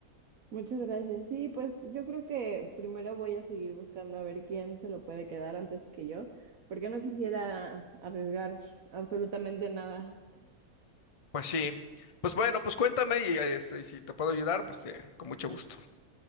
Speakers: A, on the right; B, on the left.
A: muchas gracias. Sí, pues yo creo que primero voy a seguir buscando a ver quién se lo puede quedar antes que yo, porque no quisiera arriesgar absolutamente nada.
B: Pues sí. Pues bueno, pues cuéntame y este, y si te puedo ayudar, pues eh, con mucho gusto.